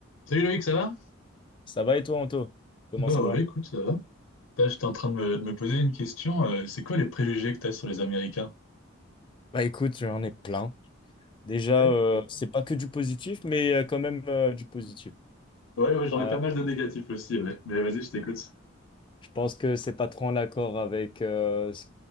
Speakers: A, on the left (about 80°); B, on the left (about 25°).
A: Salut Loïc, ça va?
B: Ça va et toi, Anto? Comment
A: Bah
B: ça
A: ouais,
B: va?
A: écoute, ça va. Là, j'étais en train de me, de me poser une question. euh, c'est quoi les préjugés que t'as sur les Américains?
B: Bah écoute, j'en ai plein. Déjà,
A: Ouais,
B: euh,
A: ouais,
B: c'est pas que du positif, mais il quand même euh, du positif.
A: ouais, ouais, j'en
B: Euh,
A: ai pas mal de négatifs aussi, ouais. Mais vas-y, je t'écoute.
B: je pense que c'est pas trop en accord avec euh, ce-